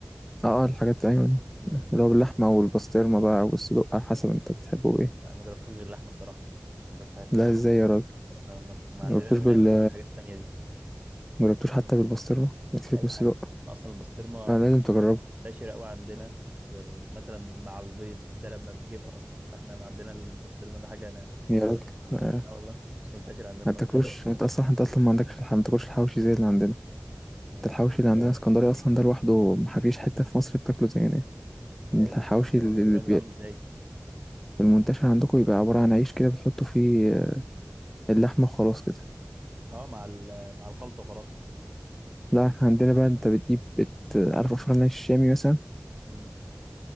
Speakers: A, in the centre; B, on the right.
A: اه آه، الحاجات أيوة
B: امم
A: اللي هو باللحمة والبسطرمة بقى والصدوق على حسب انت بتحبه ايه
B: لا انا ما جربتوش غير اللحمه الصراحه ما جربتش حاجات
A: لا
B: تانية
A: ازاي يا راجل
B: ما, ما ما
A: مجربتوش
B: عندناش بنعمله
A: بال
B: بالحاجات التانية دي
A: مجربتوش حتى بالبسطرمة يكفيك
B: ولا اي
A: من الصدوق
B: حاجه اصلا البسطرمه
A: آه
B: مش
A: لازم تجربه
B: مش منتشره قوي عندنا غير مثلا مع البيض ده لما بتجيبها اصلا فاحنا عندنا البسطرمه ده حاجه انا
A: يا
B: مش
A: راجل
B: كتير
A: آه.
B: اه والله مش منتشر عندنا
A: ما
B: خالص
A: تاكلوش <laughs> انت اصلا انت اصلا ما عندكش الح- ما تاكلش الحوشي زي اللي عندنا
B: آه،
A: انت الحوشي اللي عندنا اسكندري اصلا ده لوحده ما فيش حتة في مصر بتاكله زينا
B: آه،
A: الحوشي
B: الحواوشي
A: اللي
B: الاسكندراني بيبقى عامل ازاي
A: المنتشر عندكم يبقى عبارة عن عيش كده بتحطوا فيه اللحمة وخلاص كده
B: اه مع ال- مع الخلطه وخلاص
A: لا احنا عندنا بقى انت بتجيب بت... عارف افران العيش الشامي مثلا
B: امم